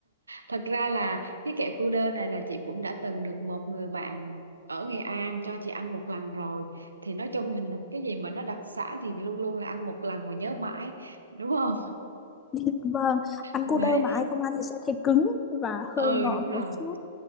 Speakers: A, on the right; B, on the left.
A: Thật ra là cái kẹo cu đơ này là chị cũng đã từng được một người bạn ở Nghệ An cho chị ăn một lần rồi. Thì nói chung là <laughs> cái gì mà nó đặc sản thì luôn luôn là ăn một lần mà nhớ mãi, đúng không?
B: <laughs> vâng, ăn
A: <laughs>
B: cu đơ mà
A: Đấy,
B: ai không ăn thì sẽ thấy cứng và
A: ừ
B: hơi ngọt
A: đúng rồi
B: một chút